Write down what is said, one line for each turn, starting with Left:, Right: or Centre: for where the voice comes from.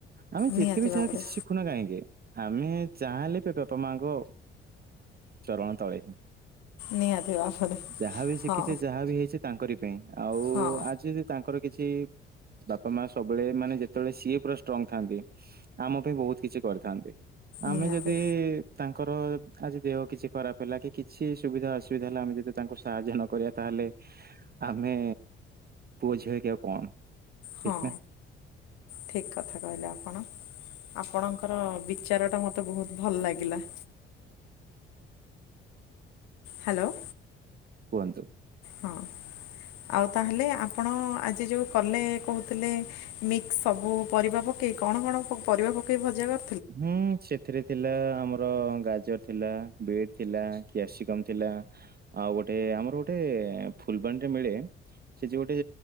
Right: ଆମେ ଯେତେ
Left: ନିହାତି
Right: ବିି
Left: ଭାବରେ
Right: ଯାହା କିଛି ଶିଖୁନା କାହିଁକି ଆମେ ଚାଁଲେ ବାପା ମାଙ୍କ ଚରଣ ତଳେ।
Left: ନିହାତି ଭାବରେ
Right: ଯାହାବି ଶିଖିଛେ
Left: ହଁ
Right: ଯାହା ବି ହେଇଛେ ତାଙ୍କରି- ପାଇଁ ଆଉ
Left: ହଁ
Right: ଯଦି ତାଙ୍କରି- କିଛି- ବାପା ମା ସବୁବେଳେ ମାନେ ଯେତେବେଳେ ସିଏ ପୁରା ଷ୍ଟ୍ରଙ୍ଗ ଥାନ୍ତି ଆମ ପାଇଁ ବହୁତ କିଛି କରିଥାନ୍ତି। ଆମେ
Left: ନିହାତି
Right: ଯଦି ତାଙ୍କ- ଙ୍କର ଆଜି ଦେହ କିଛି ଖରାପ ହେଲା କି କିଛି ସୁବିଧା ଅସୁବିଧା ହେଲା ଆମେ ଯଦି ତାଙ୍କୁ ସାହାଯ୍ୟ ନ କରିବା ତାହେଲେ ଆମେ ପୁଅ ଝିଅ ହେଇକି ଆଉ କଣ-
Left: ହଁ
Right: ଠିକ ନା-
Left: ଠିକ୍ କଥା କହିଲେ ଆପଣ ଆପଣଙ୍କର ବିଚାରଟା ମୋତେ ବହୁତ ଭଲ ଲାଗିଲା- ହ୍ୟାଲୋ-
Right: କୁହନ୍ତୁ।
Left: ହଁ ଆଉ ତାହେଲେ ଆପଣ ଆଜି ଯୋଉ କଲେ କହୁଥିଲେ ମିକ୍ସ ସବୁ ପରିବା ପକେଇ କଣ କଣ ପରିବା ପକେଇ ଭଜା କ-
Right: ହୁଁ ସେଥିରେ ଥିଲା ଆମ ର ଗାଜର ଥିଲା ବିଟ୍ ଥିଲା କ୍ୟାପସିକମ୍ ଥିଲା ଆଉ ଗୋଟେ ଆମର ଗୋଟେ ଫୁଲବାଣୀରେ ମିଳେ ସେ ଯୋଉ ଗୋଟେ